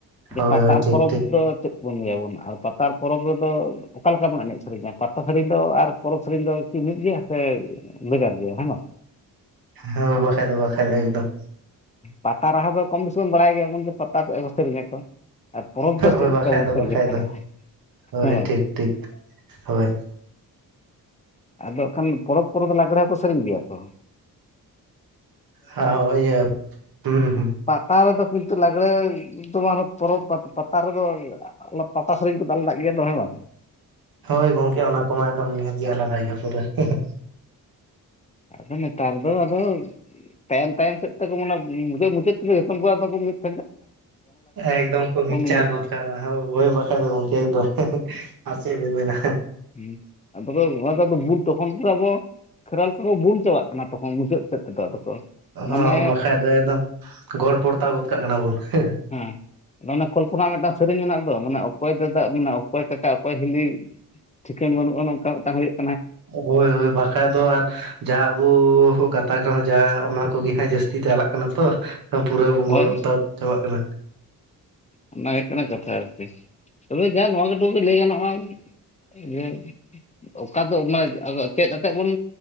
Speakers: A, on the left; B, on the right.
A: ᱡᱮ
B: ᱦᱳᱭ
A: ᱯᱟᱛᱟ
B: ᱦᱳᱭ
A: ᱟᱨ
B: ᱴᱷᱤᱠ
A: ᱯᱚᱨᱚᱵᱽ
B: ᱴᱷᱤᱠ
A: ᱫᱚ ᱪᱮᱫ ᱠᱚᱵᱚᱱ ᱞᱟᱹᱭ ᱟᱵᱚᱱ ᱟᱨ ᱯᱟᱛᱟ ᱟᱨ ᱯᱚᱨᱚᱵᱽ ᱨᱮᱫᱚ ᱚᱠᱟ ᱞᱮᱠᱟ ᱵᱚᱱ ᱮᱱᱮᱡ ᱥᱮᱨᱮᱧᱟ, ᱯᱟᱛᱟ ᱥᱮᱨᱮᱧ ᱫᱚ ᱟᱨ ᱯᱚᱨᱚᱵᱽ ᱥᱮᱨᱮᱧ ᱫᱚ ᱠᱤ ᱢᱤᱫ ᱜᱮᱭᱟ ᱥᱮ ᱵᱷᱮᱜᱟᱨ ᱜᱮᱭᱟ? ᱦᱮᱸ
B: ᱦᱮᱸ, ᱦᱮ ᱵᱟᱠᱟᱱ ᱫᱚ ᱵᱟᱠᱟᱱ ᱫᱚ ᱮᱠᱫᱚᱢ᱾
A: ᱯᱟᱛᱟ ᱨᱟᱦᱟ ᱫᱚ ᱠᱚᱢ ᱵᱮᱥᱤ ᱵᱚᱱ ᱵᱟᱲᱟᱭ ᱜᱮᱭᱟᱵᱚᱱ ᱡᱮ ᱯᱟᱛᱟ <unintelligible> ᱥᱮᱨᱮᱧᱟ ᱛᱚ᱾ ᱯᱚᱨᱚᱵᱽ ᱫᱚ ᱪᱮᱫ
B: ᱦᱳᱭ
A: ᱞᱮᱠᱟ
B: ᱵᱟᱠᱷᱟᱡ
A: ᱵᱚᱱ
B: ᱫᱚ
A: ᱥᱮᱨᱮᱧ
B: ᱵᱟᱠᱷᱟᱡ
A: ᱜᱮᱭᱟ ᱛᱟᱦᱚᱞᱮ
B: ᱫᱚ ᱦᱳᱭ
A: ᱦᱮᱸ ᱵᱟᱝ᱾
B: ᱴᱷᱤᱠ ᱴᱷᱤᱠ, ᱦᱳᱭ᱾
A: ᱟᱫᱚᱜ ᱠᱷᱟᱱ ᱯᱚᱨᱚᱵᱽ ᱠᱚᱨᱮ ᱫᱚ ᱞᱟᱜᱽᱲᱮ ᱦᱚᱸ ᱠᱚ ᱥᱮᱨᱮᱧ ᱜᱮᱭᱟ ᱛᱚ᱾
B: ᱟ ᱤᱭᱟᱹ ᱦᱩᱸ ᱦᱩᱸ᱾
A: ᱯᱟᱛᱟ ᱨᱮᱫᱚ ᱠᱤᱱᱛᱩ ᱞᱟᱜᱽᱲᱮ ᱫᱚ ᱯᱚᱨᱚᱵᱽ ᱯᱟᱛᱟ, ᱯᱟᱛᱟ ᱨᱮᱫᱚ ᱵᱟᱝ ᱦᱩᱭᱩᱜ-ᱟ᱾ ᱯᱟᱛᱟ ᱥᱮᱨᱮᱧ ᱠᱚᱫᱚ ᱟᱞᱟᱫᱟ ᱜᱮᱭᱟ ᱛᱚ ᱦᱮᱸ ᱵᱟᱝ?
B: ᱦᱳᱭ ᱜᱚᱝᱠᱮ ᱚᱱᱟ ᱠᱚᱢᱟ ᱮᱠᱫᱚᱢ ᱱᱤᱦᱟ. ᱛ ᱜᱮ ᱟᱞᱟᱫᱟ ᱜᱮᱭᱟ ᱯᱩᱨᱟ. ᱾ᱦᱟ ᱦᱟ
A: ᱟᱫᱚ ᱱᱮᱛᱟᱨ ᱫᱚ ᱟᱫᱚ ᱛᱟᱭᱚᱢ ᱛᱟᱭᱚᱢ ᱥᱮᱫ ᱛᱮᱠᱚ ᱢᱟᱱᱮ ᱢᱩᱪᱟᱹᱫ ᱢᱩᱪᱟᱹᱫ ᱛᱮᱜᱮ ᱡᱚᱛᱚᱢ ᱟᱫᱚ ᱠᱚ ᱫᱚ <unintelligible>
B: ᱮᱠᱫᱚᱢ ᱠᱚ ᱢᱤᱠᱪᱟᱨ
A: ᱜᱮ ᱢᱤᱫ
B: ᱜᱚᱫᱠᱟᱜ- ᱟ, ᱦᱳᱭ, ᱦᱳᱭ ᱵᱟᱠᱷᱟᱱ ᱫᱚ ᱜᱚᱢᱠᱮ ᱮᱠᱫᱚᱢ᱾ᱦᱮ ᱦᱮ ᱟᱨ ᱪᱮᱫ ᱵᱟᱹᱱ ᱢᱮᱱᱟ᱾
A: ᱦᱮᱸ ᱟᱫᱚ ᱚᱱᱟ ᱛᱚᱠᱷᱚᱱ ᱟᱵᱚ ᱠᱷᱮᱨᱣᱟᱹᱞ ᱠᱚ ᱵᱩᱞ ᱪᱟᱵᱟᱜ ᱠᱟᱱᱟ, ᱛᱚᱠᱷᱚᱱ ᱢᱩᱪᱟᱹᱫ ᱥᱮᱫ ᱛᱮᱫᱚ ᱟᱫᱚ ᱠᱚ
B: ᱦᱚᱸ
A: ᱢᱟᱱᱮ
B: ᱵᱟᱠᱷᱟᱡ ᱫᱚ ᱮᱠᱫᱚᱢ ᱜᱚᱲ ᱯᱚᱲᱚᱛᱟ ᱜᱚᱫ ᱠᱟᱜ ᱠᱟᱱᱟ ᱵᱚᱱ᱾ᱦᱮ ᱦᱮ
A: ᱦᱮᱸ, ᱟᱫᱚ ᱚᱱᱮ ᱠᱚᱞᱯᱚᱱᱟ ᱢᱤᱫᱴᱟᱝ ᱥᱮᱨᱮᱧ ᱢᱮᱱᱟᱜ ᱫᱚ ᱢᱟᱱᱮ ᱚᱠᱚᱭ ᱫᱟᱫᱟ ᱢᱟᱱᱮ ᱚᱠᱚᱭ ᱠᱟᱠᱟ ᱚᱠᱚᱭ ᱦᱤᱞᱤ ᱴᱷᱤᱠᱟᱹᱱ ᱵᱟᱹᱱᱩᱜ-ᱟ ᱱᱚᱝᱠᱟ ᱢᱤᱫᱴᱟᱝ ᱦᱩᱭᱩᱜ-ᱟ᱾
B: ᱦᱳᱭ ᱦᱳᱭ ᱵᱟᱠᱷᱟᱡ ᱫᱚ ᱟᱨ ᱡᱟ ᱟᱵᱚ ᱜᱟᱛᱟᱠ ᱨᱮᱦᱚᱸ ᱡᱟ ᱚᱱᱟ ᱠᱚᱜᱮ ᱦᱟᱸᱜ ᱡᱟᱹᱥᱛᱤ ᱪᱟᱞᱟᱜ ᱠᱟᱱᱟ ᱛᱚ᱾ ᱯᱩᱨᱟᱹ ᱵᱚᱝᱜᱚᱞ
A: ᱦᱳᱭ
B: ᱛᱟᱵ ᱩᱛᱟᱨ ᱪᱟᱵᱟᱜ ᱠᱟᱱᱟ᱾
A: ᱚᱱᱟ ᱜᱮ ᱦᱩᱭᱩᱜ ᱠᱟᱱᱟ ᱠᱟᱛᱷᱟ ᱟᱨᱠᱤ ᱛᱚᱵᱮ ᱡᱟ ᱱᱚᱣᱟ ᱴᱩᱠᱩ ᱜᱮ ᱞᱟᱹᱭ ᱜᱟᱱᱚᱜ-ᱟ, <unintelligible> ᱚᱠᱟ ᱫᱚ ᱢᱟᱱᱮ ᱪᱮᱫ ᱟᱛᱮᱫ ᱵᱚᱱ